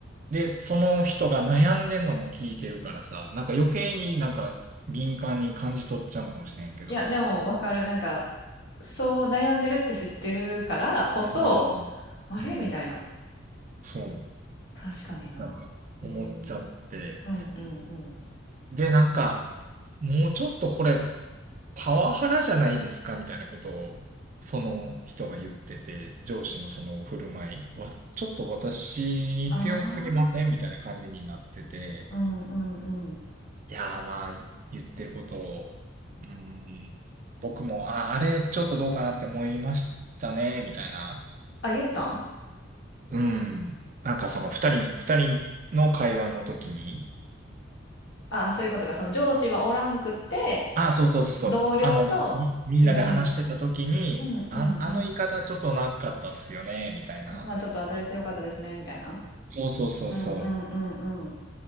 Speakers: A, on the right (about 40°); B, on the left (about 65°).
A: で、その人が悩んでんのも聞いてるからさ、なんか余計になんか敏感に感じ取っちゃうんかもしれんけど、
B: いや、でも、わかる。なんか、そう悩んでるって知ってるからこそ、
A: うん、
B: あれみたいな。
A: うん、そう、
B: 確かにな。
A: なんか思っちゃって、
B: へえ。うん、うん、うん。
A: で、なんか、もうちょっとこれ、パワハラじゃないですかみたいなことを、その人が言ってて、上司のその振る舞いは、ちょっと私に強すぎませんみたいな感じになってて、
B: ああ。うん、うん、うん。
A: いやーまあ、言ってることを、うん、僕も、あ、あれちょっとどうかなって思いましたね、みたいな。
B: あ、言ったん
A: うん。なんかその二人、二人の会話の時に、
B: ああ、そういうことか。その上司はおらんくって、
A: あ、そうそうそうそう。
B: 同僚と自分、
A: あの、み、みんなで話してた時に、
B: うんうんうん。
A: あ、あの言い方ちょっとなかったっすよね、みたいな。
B: まあちょっと当たり強かったですね、みたいな。
A: そうそうそうそ
B: うんうんうんうん。